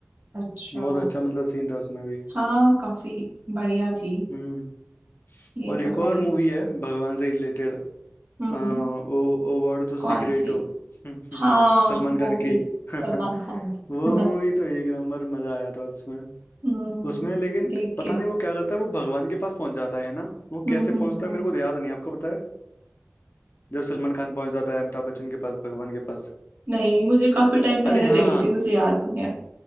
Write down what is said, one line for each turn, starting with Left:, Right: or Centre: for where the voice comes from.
Right: अच्छा
Left: बहुत अच्छा मतलब सीन था उसमें भी
Right: हाँ काफी बढ़िया थी
Left: हम्म
Right: ये
Left: और
Right: तो
Left: एक और
Right: है ही
Left: मूवी है भगवान से रिलेटेड
Right: हम्म
Left: आ, ओ ओ वर्ड तो सी
Right: कौन
Left: ग्रेट
Right: सी
Left: हो <laughs>
Right: हाँ
Left: सलमान
Right: वो
Left: खान
Right: भी
Left: की <laughs>
Right: सलमान खान की
Left: वो मूवी
Right: <laughs>
Left: तो एक नंबर मजा आया था उसमें
Right: हम्म
Left: उसमें लेकिन
Right: देख
Left: पता
Right: के
Left: नहीं वो क्या करता है वो भगवान के पास पहुंच जाता है ना वो
Right: हम्म
Left: कैसे पहुंचता
Right: हम्म हम्म
Left: है मेरे को तो याद नहीं आपको पता जब सलमान खान पहुंच जाता है अमिताभ बच्चन के पास भगवान के पास
Right: नहीं मुझे काफी टाइम पहले
Left: अरे हाँ
Right: देखी थी मुझे याद नहीं है